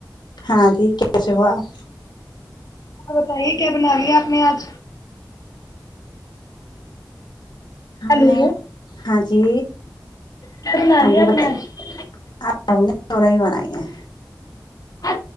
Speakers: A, on the left (about 75°); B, on the left (about 55°).
A: ہاں جی کیسے ہوا آپ
B: ہاں بتائیے کیا بنا رہی ہے آپ نے آج
A: ہم
B: ہلو
A: نے ہاں جی
B: کیا بنا
A: ہاں
B: لیا
A: جی
B: آپ
A: بتا
B: نے آج
A: آپ ہم نے سور ہی بنائی ہے
B: ا